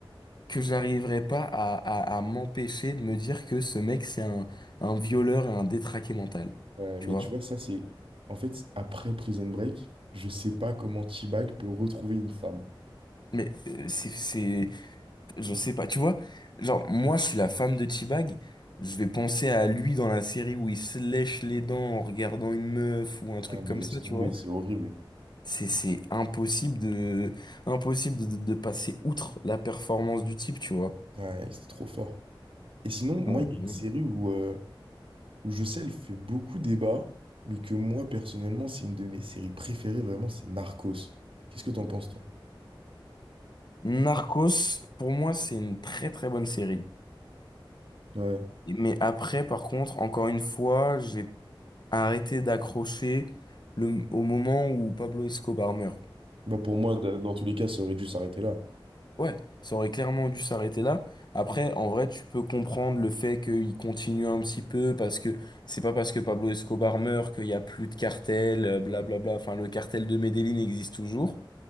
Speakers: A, on the left; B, on the right.
A: que j'arriverai pas à, à, à m'empêcher de me dire que ce mec, c'est un, un violeur et un détraqué mental.
B: Ouais,
A: Tu
B: mais
A: vois?
B: tu vois, ça, c'est. En fait, après Prison Break, je sais pas comment T-Bag peut retrouver une femme.
A: Mais euh, c'est, c'est, je sais pas, tu vois, genre, moi, je suis la femme de T-Bag, je vais penser à lui dans la série où il se lèche les dents en regardant une meuf ou un truc
B: Ah, mais
A: comme
B: laisse
A: ça,
B: tomber,
A: tu vois.
B: c'est horrible.
A: C'est, c'est impossible de, impossible de, de- de passer outre la performance du type, tu vois.
B: Ouais, c'était trop fort. Et sinon, moi,
A: Ouais,
B: il y
A: vraiment.
B: a une série où, euh, où je sais, elle fait beaucoup débat, mais que moi, personnellement, c'est une de mes séries préférées, vraiment, c'est Narcos. Qu'est-ce que t'en penses, toi?
A: Narcos, pour moi, c'est une très très bonne série.
B: Ouais.
A: Mais après, par contre, encore une fois, j'ai arrêté d'accrocher le, au moment où Pablo Escobar meurt.
B: Bah, pour moi, da- dans tous les cas, ça aurait dû s'arrêter là.
A: Ouais, ça aurait clairement dû s'arrêter là. Après, en vrai, tu peux comprendre le fait qu'il continue un petit peu parce que c'est pas parce que Pablo Escobar meurt qu'il y a plus de cartel, euh, blablabla.
B: Bon.
A: Enfin, le cartel de Medellín existe toujours.